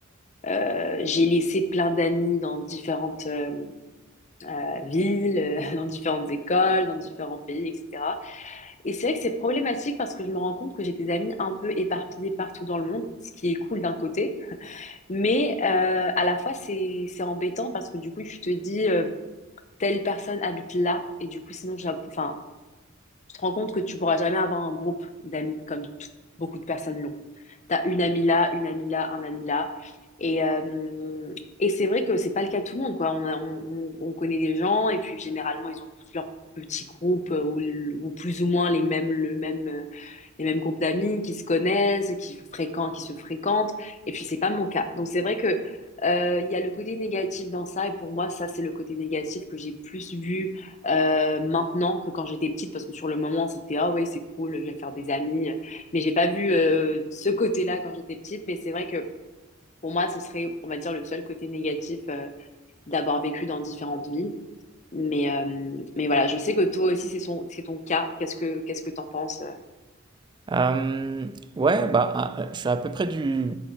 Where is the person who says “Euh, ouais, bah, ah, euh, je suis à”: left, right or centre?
Right